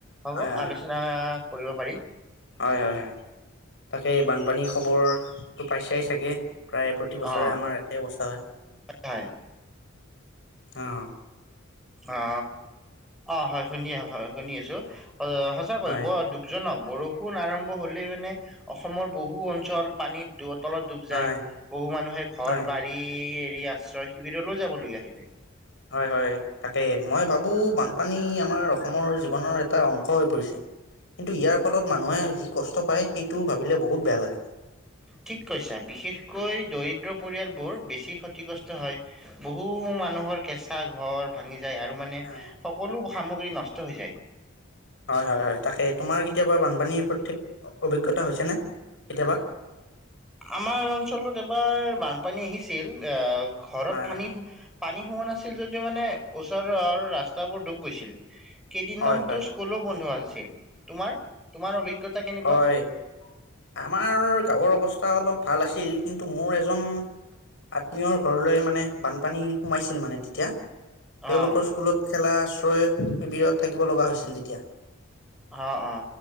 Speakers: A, in the centre; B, on the left.
A: হ'ব
B: হয় হয়
A: আলোচনা
B: হয়
A: কৰিব পাৰি
B: হয় হয় হয় তাকে বানপানী খবৰটো পাই চাই চাগে প্ৰায় প্ৰতিবছৰে
A: অ
B: আমাৰ একেই অৱস্থা হয়
A: হয়
B: আহ
A: অ অ হয় শুনি আছো হয় শুনি আছো সঁচা কৰিব
B: হয়
A: দুগজনক বৰষুণ আৰম্ভ হলে মানে অসমৰ বহু অঞ্চল পানীত দূৰত তলত ডুব যায়
B: হয়
A: বহু মানুহে ঘৰ
B: হয়
A: বাৰী য়া আশ্ৰয় শিবিৰলৈও যাব লগগীয়া হৈ যায়
B: হয় হয় তাকে মই ভাবোঁ বানপানী আমাৰ অসমৰ জীৱনৰ এটা অংশ হৈ পৰিছে কিন্তু ইয়াৰ ফলত মানুহে যি কষ্ট পায় সেইটো ভাবিলে বহুত বেয়া লাগে
A: ঠিক কৈছা বিশেষকৈ দৰিদ্ৰ পৰিয়ালবোৰ বেছি ক্ষতিগ্ৰস্ত হয় বহু মানুহৰ কেঁচা ঘৰ ভাঙি যায় আৰু মানে
B: হয়
A: সকলো সামগ্ৰী নষ্ট হৈ যায়
B: হয় হয় হয় তাকে তোমাৰ কেতিয়াবা বানপানীৰ প্ৰত্যেক অভিজ্ঞতা হৈছেনে কেতিয়াবা
A: আমাৰ অঞ্চলত এবাৰ বানপানী আহিছিল অ ঘৰত
B: হয়
A: পানী
B: হয়
A: পানী সোমোৱা নাছিল হৈছিল যদিও মানে ওচৰৰ ৰাস্তাবোৰ ডুব গৈছিল কেইদিনমানতো
B: হয় হয়
A: স্কুলো বন্ধ আছে ছিল তোমাৰ তোমাৰ অভিজ্ঞতা কেনেকুৱা
B: হয় আমাৰ গাঁৱৰ অৱস্থা অলপ ভাল আছিল কিন্তু মোৰ এজন আত্মীয়ৰ ঘৰলৈ মানে বানপানী সোমাইছিল মানে তেতিয়া তেওঁলোকৰ
A: অ',
B: স্কুলত খেলা আশ্ৰয় শিৱিৰত থাকিব লগা হৈছিল তেতিয়া
A: অ অ